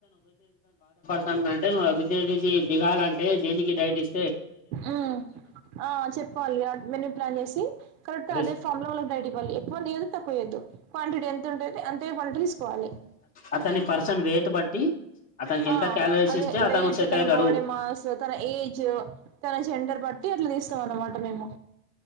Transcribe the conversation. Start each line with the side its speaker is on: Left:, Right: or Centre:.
Left: తాండంటే నువ్ ఒబెసిటీ కీ దిగాలంటే దేనిక్ కీ డైటి ఇస్
Right: ఊ ఆ చెప్పాలీ మెన్యూ ప్లాన్ చేసీ. కరెక్ట్
Left: రిస్
Right: అదే ఫామ్ లో వాళ్ళకి డైట్ ఇవ్వాలి. ఎక్కువ అని తీయదు తక్కువ ఇయ్యద్దు. క్వాంటిటీ ఎంత ఉంటుంది అంతే క్వాంటిటీ తీసుకోవాలి.
Left: అతని పర్సన్ వెయిట్ బట్టి అతనికి
Right: ఆ
Left: ఎంత క్యాలరీస్
Right: అదే
Left: ఇస్తే అతను
Right: వెయిట్,
Left: సెట్
Right: తన
Left: అయితాడు
Right: బాడీ మాస్స్, తన ఏజ్. జా, తన జెండర్ బట్టీ అట్ల తీస్ తం అన్నమాట మేము.